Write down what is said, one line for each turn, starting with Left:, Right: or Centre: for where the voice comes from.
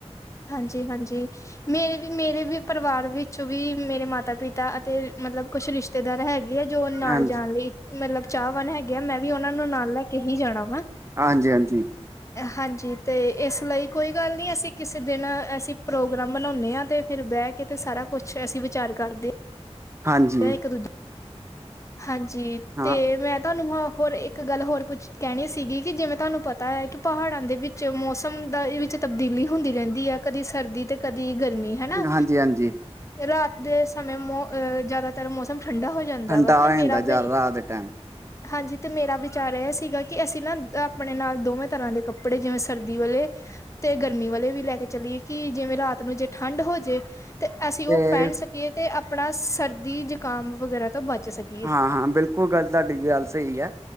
Left: ਹਾਂਜੀ-ਹਾਂਜੀ। ਮੇਰੇ ਵੀ ਮੇਰੇ ਵੀ ਪਰਵਾਰ ਵਿੱਚ ਵੀ ਮੇਰੇ ਮਾਤਾ-ਪਿਤਾ ਅਤੇ ਮਤਲਬ ਕੁਛ ਰਿਸ਼ਤੇਦਾਰ ਹੈਗੇ। ਹੈਗੇ ਆ ਜੋ ਨਾਲ
Right: ਹਾਂਜੀ।
Left: ਜਾਣ ਲਈ ਮਤਲਬ ਚਾਹਵਾਨ ਹੈਗੇ ਆ। ਮੈਂ ਵੀ ਓਨਾ ਨੂੰ ਨਾਲ ਲੈ ਕੇ ਹੀ ਜਾਣਾ ਵਾਂ।
Right: ਹਾਂਜੀ-ਹਾਂਜੀ।
Left: ਹਾਂਜੀ ਤੇ ਏਸ ਲਈ ਕੋਈ ਗੱਲ ਨੀ ਅਸੀ ਕਿਸੇ ਦਿਨ ਅਸੀਂ ਪ੍ਰੋਗਰਾਮ ਬਨੋਨੇ ਆਂ, ਤੇ ਫੇਰ ਬੈਹ ਕੇ ਤੇ ਸਾਰਾ ਕੁਛ ਅਸੀਂ ਵਿਚਾਰ ਕਰਦੇ
Right: ਹਾਂਜੀ
Left: ਯਾ, ਏਕ ਦੂਜੇ ਹਾਂਜੀ,
Right: ਹਾਂ
Left: ਤੇ ਮੈਂ ਤੁਆਨੂੰ ਹ ਹੋਰ ਏਕ ਗੱਲ ਹੋਰ ਪੁੱਛ ਕੈਂਣੀ ਸੀਗੀ ਕਿ ਜਿਵੇਂ ਤੁਹਾਨੂੰ ਪਤੈ ਕਿ ਪਹਾੜਾਂ ਦੇ ਵਿੱਚ ਮੌਸਮ ਦਾ ਵਿੱਚ ਤਬਦੀਲੀ ਹੁੰਦੀ ਰੈਂਦੀ ਆ, ਕਦੀ ਸਰਦੀ ਤੇ ਕਦੀ ਗਰਮੀ ਹੈਨਾ।
Right: ਹਾਂਜੀ ਹਾਂਜੀ
Left: ਰਾਤ ਦੇ ਸਮੇਂ ਮੋ ਅਹ ਜਾਦਾਤਰ ਮੌਸਮ ਠੰਡਾ ਹੋ ਜਾਂਦਾ।
Right: ਠੰਡਾ
Left: ਹੁੰਦਾ ਵਾ, ਤੇ
Right: ਹੋ
Left: ਮੇਰਾ
Right: ਜਾਂਦਾ ਜ਼ਿਆਦਾ
Left: ਵੀ
Right: ਰਾਤ ਦੇ ਟਾਈਮ
Left: ਹਾਂਜੀ, ਤੇ ਮੇਰਾ ਵਿਚਾਰ ਇਹ ਸੀਗਾ ਕਿ ਅਸੀਂ ਨਾ ਅਪਣੇ ਨਾਲ ਦੋਵੇਂ ਤਰ੍ਹਾਂ ਦੇ ਕੱਪੜੇ ਜਿਵੇਂ ਸਰਦੀ ਵਾਲੇ ਤੇ ਗਰਮੀ ਵਾਲੇ ਵੀ ਲੈ ਕੇ ਚੱਲੀਏ, ਕਿ ਜਿਵੇਂ ਰਾਤ ਨੂੰ ਜੇ ਠੰਡ ਹੋਜੇ ਤੇ ਅਸੀਂ
Right: ਤੇ
Left: ਓ ਪੈਣ ਸਕੀਏ ਤੇ ਅਪਣਾ ਸਰਦੀ-ਜੁਕਾਮ ਵਗੈਰਾ ਤੋਂ ਬਚ ਸਕੀਏ
Right: ਹਾਂ-ਹਾਂ, ਬਿਲਕੁਲ ਗੱਲ ਤੁਆਡੀ ਗੱਲ ਸਈ ਐ।